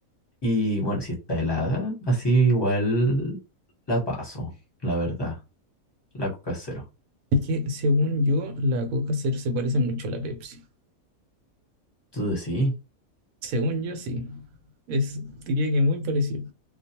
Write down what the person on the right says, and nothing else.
Es que, según yo, la Coca Cero se parece mucho a la Pepsi.
Según yo, sí. Es, diría que muy parecido.